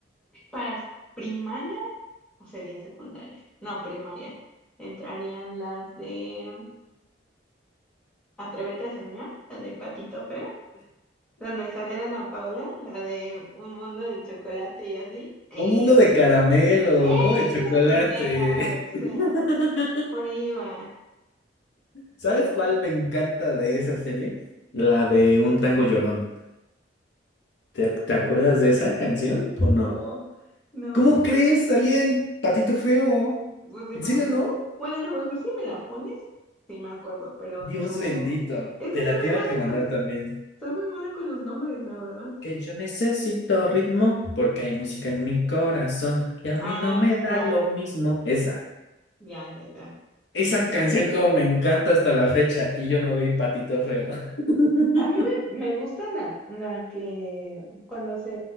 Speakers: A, in the centre; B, on the left.
A: Para primaria o sería secundaria, no, primaria, entrarían las de Atrévete a soñar, la de Patito Feo, donde sale Ana Paula, la de Un mundo de chocolate y así, esas.
B: Un mundo de caramelo,
A: Es
B: como de chocolate.
A: lo que sea, lo que sea.
B: <laughs>
A: Por ahí va,
B: ¿Sabes
A: pero sí.
B: cuál me encanta de esa serie? La de Un Tango Llorón. ¿Te, ac- te acuerdas de esa canción o
A: No,
B: no?
A: no.
B: ¿Cómo crees? Salía en Patito Feo.
A: Pues sí,
B: ¿En
A: pero
B: serio
A: no.
B: no?
A: Bueno, a lo mejor si me la pones, sí me acuerdo, pero
B: Dios
A: no.
B: bendito,
A: Es que
B: te
A: soy
B: la
A: muy
B: tengo
A: mala
B: que mandar
A: con,
B: también.
A: soy muy mala con los nombres, la verdad.
B: Que yo necesito ritmo porque hay música en mi corazón y a mí
A: Ah,
B: no me da
A: ya,
B: lo mismo. Esa,
A: ya, ya, ya.
B: esa canción como me encanta hasta la fecha y yo no vi patito feo. <laughs>
A: A mí me, me gusta la, la que cuando se